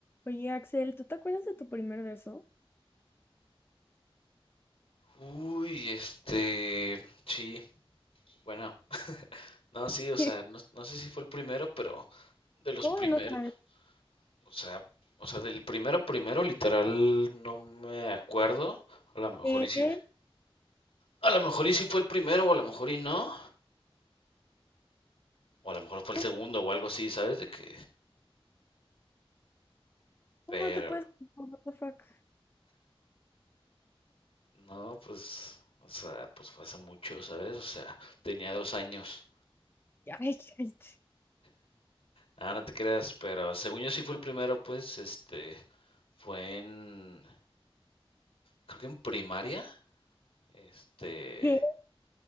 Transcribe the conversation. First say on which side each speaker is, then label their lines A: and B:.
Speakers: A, on the left; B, on the left.
A: Oye, Axel, ¿tú te acuerdas de tu primer beso?
B: Uy, este, sí, bueno, no, sí, o sea,
A: <laughs>
B: no, no sé si fue el primero, pero de los
A: ¿Cómo
B: primeros,
A: que no sabes?
B: o sea, o sea, del primero primero, literal, no me acuerdo, a lo mejor
A: ¿Qué?
B: y sí, a lo mejor y sí fue el primero, o a lo mejor y no, o a lo mejor fue el
A: ¿Cómo,
B: segundo o algo así, ¿sabes? De que, pero,
A: cómo no te puedes... no, What the fuck?
B: no, pues, o sea, pues fue hace mucho, ¿sabes? O sea, tenía dos años,
A: Ya, ay, ay, ch-
B: nada, no te creas, pero según yo sí fue el primero, pues, este, fue en... creo que en primaria, este,
A: ¿Qué?